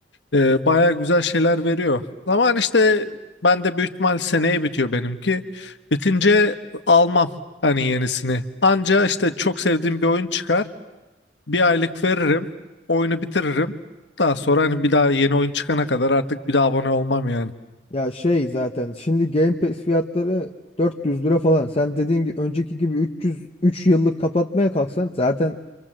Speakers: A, on the left; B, on the left.
A: E, baya güzel şeyler veriyor. Ama hani işte ben de büyük ihtimal seneye bitiyor benimki. Bitince almam hani yenisini. Anca işte çok sevdiğim bir oyun çıkar. Bir aylık veririm. Oyunu bitiririm. Daha sonra hani bir daha yeni oyun çıkana kadar artık bir daha abone olmam yani.
B: Ya şey zaten şimdi Game Pass fiyatları 400 lira falan. Sen dediğin gibi önceki gibi 300 3 yıllık kapatmaya kalksan zaten